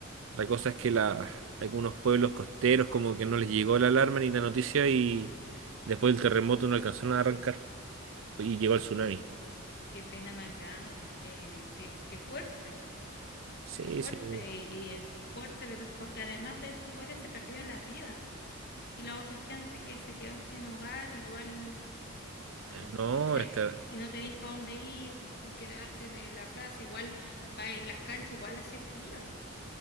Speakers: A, on the right; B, on the left.
A: La cosa es que la- algunos pueblos costeros como que no les llegó la alarma ni la noticia y después del terremoto no alcanzaron a arrancar y llegó el tsunami.
B: Oh, qué pena más grande, qué, qué, qué fuerte,
A: Sí,
B: qué fuerte.
A: sí.
B: Y, y es fuerte ver- porque además de sus hogares se perdieron las vidas. Y la otra gente que se quedó sin hogar, igual, mm,
A: Eh, No,
B: pucha,
A: esta-
B: y, y no tenéis para dónde ir y quedarte en en la plaza, igual va en las canchas, igual hace frío.